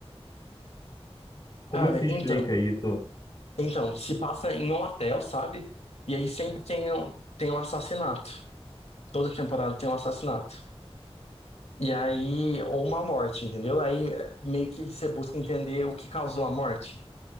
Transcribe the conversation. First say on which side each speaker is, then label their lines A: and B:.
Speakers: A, on the left (about 40°); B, on the left (about 85°).
A: como
B: Cara,
A: é que se explica
B: então,
A: isso?
B: então, se passa em um hotel, sabe? E aí sempre tem um, tem um assassinato. Toda temporada tem um assassinato. E aí, ou uma morte, entendeu? Aí eh, meio que você busca entender o que causou a morte.